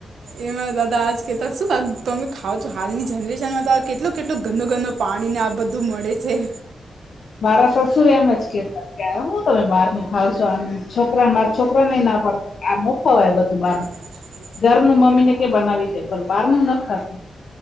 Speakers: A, on the right; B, on the left.
A: એ મા દાદા આજ કેતા શું તમે ખાવ છો હાલની જનરેશનમાં તો આ કેટલો કેટલું ગંદુ ગંદુ પાણી ને આ બધું મળે છે.
B: મારા સસુરે એમ જ કેતા કે હું તમે બહાર નું ખાવ છો આ છોકરા મારા છોકરા ને ના પાડતા. આ નો ખવાય બધું બારનું
A: <inaudible>
B: ઘરનું મમ્મી ને કે બનાવી દે પણ બહાર નું ન ખાતું